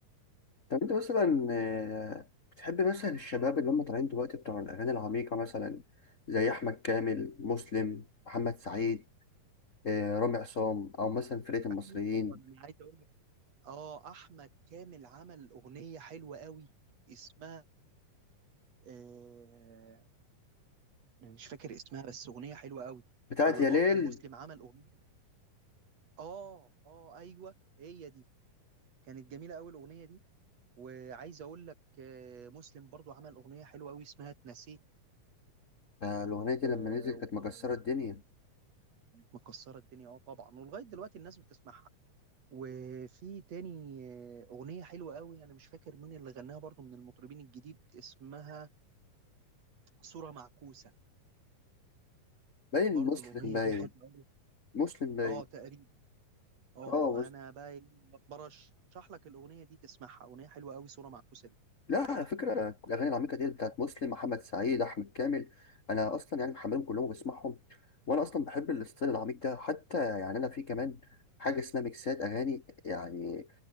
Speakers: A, on the left (about 45°); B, on the right (about 50°).
A: طب انت مثلا آه، بتحب مثلا الشباب اللي هم طالعين دلوقتي بتوع الاغاني العميقه مثلا زي احمد كامل مسلم محمد سعيد آه، رامي عصام او مثلا فرقه المصريين
B: اكيد طبعا انا عايز اقول لك اه احمد كامل عمل اغنيه حلوه قوي اسمها آه مش فاكر اسمها بس اغنيه حلوه قوي
A: بتاعت
B: وبرضه
A: يا ليل
B: مسلم عمل اغنيه اه اه ايوه هي دي كانت جميله قوي الاغنيه دي وعايز اقول لك آه مسلم برضه عمل اغنيه حلوه قوي اسمها اتنسيت
A: آه، الاغنيه دي
B: آه
A: لما نزلت
B: وكانت
A: كانت مكسره الدنيا
B: مكسره الدنيا اه طبعا ولغايه دلوقتي الناس بتسمعها وفي تاني آه، اغنيه حلوه قوي انا مش فاكر مين اللي غناها برضه من المطربين الجديد اسمها صوره معكوسه
A: باين
B: برضو
A: مسلم
B: الأغنية
A: باين
B: دي حلوة أوي
A: مسلم باين
B: اه تقريبا اه
A: اه مسلم
B: انا بقى إيه، برشح لك الأغنية دي تسمعها أغنية حلوة أوي صورة معكوسة دي
A: لا على فكره الاغاني العميقه دي بتاعت مسلم محمد سعيد احمد كامل انا اصلا يعني محملهم كلهم وبسمعهم وانا اصلا بحب الاستايل العميق ده حتى يعني انا في كمان حاجه اسمها ميكسات اغاني يعني